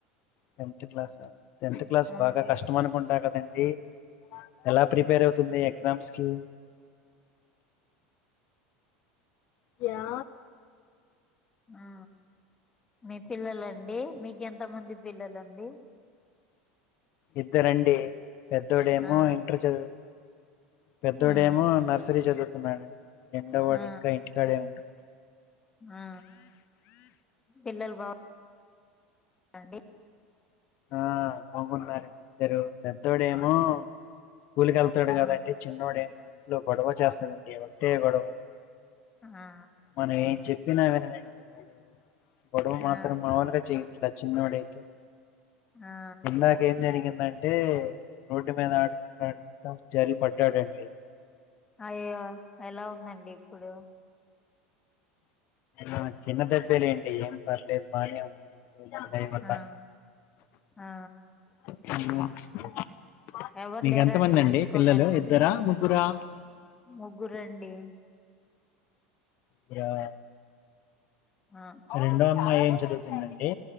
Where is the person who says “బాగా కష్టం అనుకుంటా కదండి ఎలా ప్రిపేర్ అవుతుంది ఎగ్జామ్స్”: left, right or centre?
Left